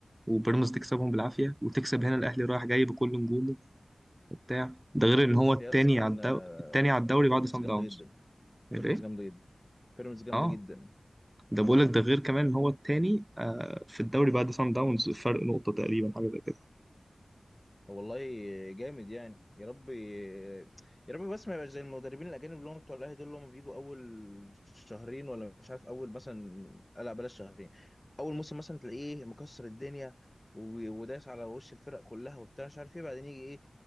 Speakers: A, on the right (about 15°); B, on the left (about 20°).
A: وبيراميدز تكسبهم بالعافيه وتكسب هنا الاهلي رايح جاي بكل نجومه وبتاع ده غير ان هو التاني
B: هي اصلا
A: على الدو...
B: آه،
A: التاني على الدوري بعد
B: بيراميدز
A: سان
B: جامده
A: داونز
B: جدا
A: ليه
B: بيراميدز جامده جدا بيراميدز جامده
A: اه
B: جدا
A: ده بقول لك ده غير كمان ان هو التاني آه في الدوري بعد سان داونز فرق نقطه تقريبا حاجه زي كده
B: طب والله جامد يعني يا رب يا رب بس ما يبقاش زي المدربين الاجانب اللي هم بتوع الاهلي دول اللي هم بيجوا اول شهرين ولا مش عارف اول مثلا آه، لا بلاش شهرين اول موسم مثلا تلاقيه إيه، مكسر الدنيا و- وداس على وش الفرق كلها وبتاع مش عارف ايه بعدين يجي ايه